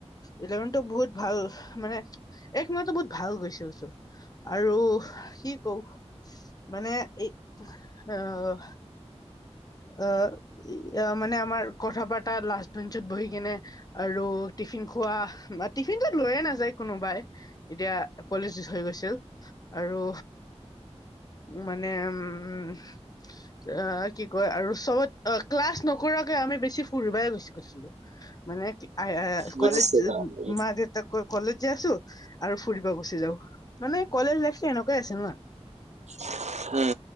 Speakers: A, on the left; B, on the right.
A: ইলেভেনটো বহুত ভাল, মানে এক মাহটো বহুত ভাল গৈছিল চব। আৰু কি কম? মানে এই আহ আহ, মানে আমাৰ কথা পাতা লাষ্ট বেঞ্চত বহি কিনে। আৰু টিফিন খোৱা, টিফিনটো লৈয়ে নাযায় কোনোবাই। এতিয়া কলেজ শেষ হৈ গৈছিল আৰু ও মানে উম উম উম উম ই স। এ এ আ আ অ কি কয় আৰু চবত অ ক্লাছ নকৰাকে আমি বেছি ফুৰিবাই গুছি গৈছিলো। এহে এ এ মানে আই আই আ আ
B: বুজিছোঁ।
A: কলেজ মা-দেউতা ক কলেজ যে আছো ই ই আৰু ফুৰিব গুচি যাও মানে কলেজ লাইফটো এনেকুৱাই আছে ন।
B: ছি অ অ অ অ উম।